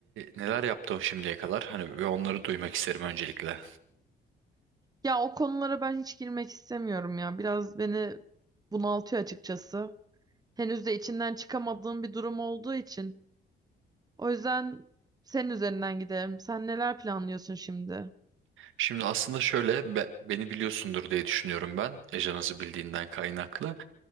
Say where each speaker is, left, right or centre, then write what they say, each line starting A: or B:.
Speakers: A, on the right; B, on the right.
A: neler yaptın şimdiye kadar? Hani ve onları duymak isterim öncelikle.
B: Ya o konulara ben hiç girmek istemiyorum ya. Biraz beni bunaltıyor açıkçası. Henüz de içinden çıkamadığım bir durum olduğu için. O yüzden senin üzerinden gidelim. Sen neler planlıyorsun şimdi?
A: Şimdi aslında şöyle be- beni biliyorsundur diye düşünüyorum ben. Ejanızı bildiğinden kaynaklı.